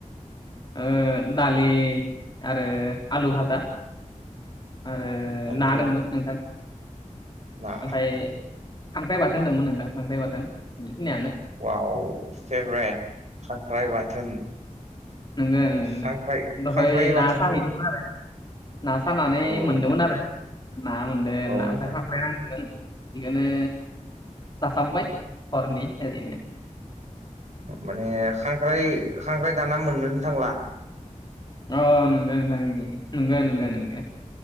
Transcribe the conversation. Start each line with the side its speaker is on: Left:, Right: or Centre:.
Left: ओ दलि आरो आलु भाजा आरो
Right: दालि
Left: ना दंमोन नोंथां
Right: ना
Left: ओमफाय खांख्राइ बाथोन दंमोन नोंदां खांथ्राइ बाथोन बेखिनियानो
Right: आव फेभ्रेट खांख्राइ बाथोन
Left: नोंगो नों
Right: खांख्राइ
Left: नों दहाय
Right: खांख्राइ बाथोन
Left: ना साहैदोंमोन आरो ना सानानै
Right: औ
Left: मोनदोंमोन
Right: नोंथां
Left: आरो ना मोनदों
Right: औ
Left: ना
Right: नोंथां
Left: ओमफ्राय खांख्राय नांगदोंमोन बेखौनो जासाबबाय हरनि ओरैनो
Right: माने खांख्राइ खांख्राइ दाना मोननोनो थांला
Left: औ नंगौ नोंथां नंगौ नंगौ
Right: औ
Left: नंगौ